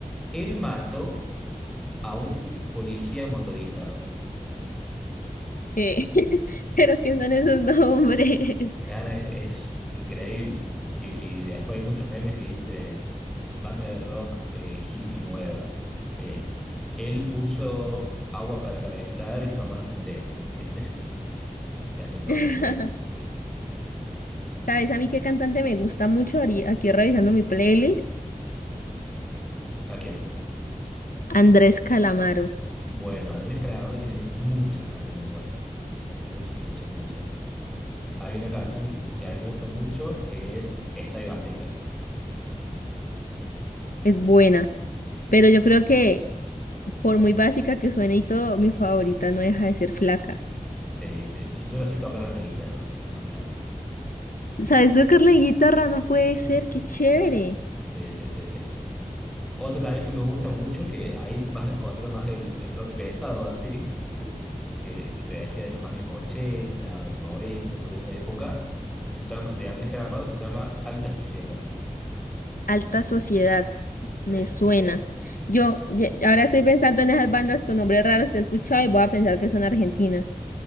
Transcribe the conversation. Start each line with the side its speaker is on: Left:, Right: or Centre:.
Centre: Él mató a un policía motorizado.
Left: Eh, <laughs> pero ¿qué son esos nombres?
Centre: Nada, es, es increíble. Y, y después hay muchos memes que dice banda de rock eh, hippie nueva. Eh, él puso agua para calentar y tomarse un té. ¿Viste? <laughs> Y hacen todos
Left: <laughs>
Centre: esos memes.
Left: ¿Sabes a mí qué cantante me gusta mucho? Ari- Aquí revisando mi playlist,
Centre: ¿A quién?
Left: Andrés Calamaro.
Centre: Bueno, Andrés Calamaro tiene muchas canciones buenas. Muchas, muchas, muchas. Hay una canción que a mí me gusta mucho que es Estadio Azteca.
Left: Es buena, pero yo
Centre: Eh,
Left: creo que por muy básica que suene y todo, mi favorita no deja de ser flaca.
Centre: Sí, sí. Yo, yo la sé tocar en la guitarra, a flaca.
Left: ¿Sabes tocar la guitarra? No puede ser, qué chévere.
Centre: Sí, sí, sí, sí. Otro también que me gusta mucho, que ahí vas a encontrar más el, el rock pesado así, que, que te decía de los años 80, 90 por esa época, se llama, de Andrés Calamaro se llama Alta Suciedad.
Left: Alta Sociedad,
Centre: Sí,
Left: me suena. Yo, ye- ahora estoy pensando en esas bandas con nombres raros que he escuchado y voy a pensar que son argentinas.